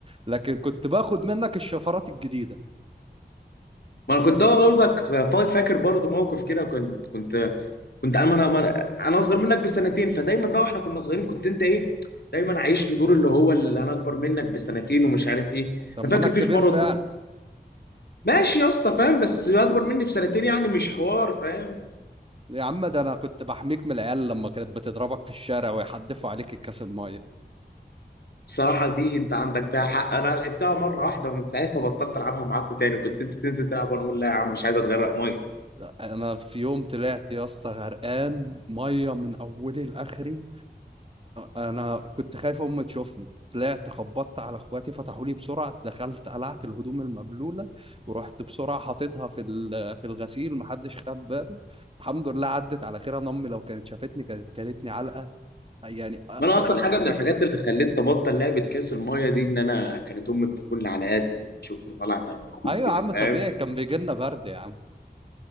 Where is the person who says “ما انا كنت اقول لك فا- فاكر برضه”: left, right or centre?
Left